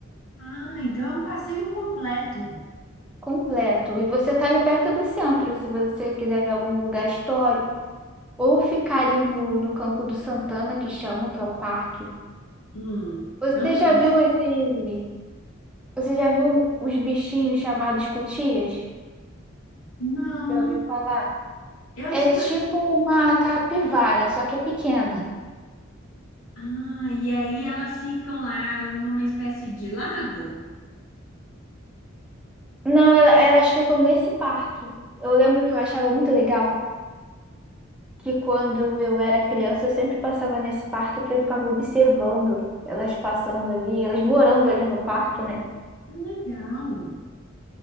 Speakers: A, on the left (about 90°); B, in the centre.
A: Ah, então é um passeio completo.
B: completo. E você tá ali perto do centro, se você quiser ver algum lugar histórico. Ou ficar ali no, no Campo do Santana, que chamam, que é o parque.
A: Hum,
B: Você
A: Tampa
B: já
A: dos...
B: viu esse. Você já viu os bichinhos chamados cutias?
A: Não.
B: Já ouviu falar?
A: Eu acho
B: É tipo
A: que
B: uma capivara, só que é pequena.
A: Ah, e aí elas ficam lá numa espécie de lago?
B: Não, ela- elas ficam nesse parque. Eu lembro que eu achava muito legal que quando eu era criança eu sempre passava nesse parque porque eu ficava observando elas passando ali, elas morando ali no parque, né?
A: Que legal.